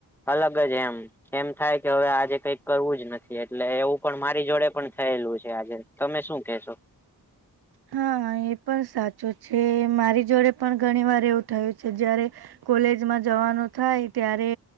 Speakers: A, in the centre; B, on the right (about 75°).
A: અલગ જ એમ એમ થાય કે હવે આજે કઈક કરવું જ નથી એટલે એવું પણ મારી જોડે પણ થયેલું છે આજે તમે શું કેશો?
B: હા એ પણ સાચું છે મારી જોડે પણ ઘણી વાર એવું થયું છે જયારે કોલેજમાં જવાનું થાય ત્યારે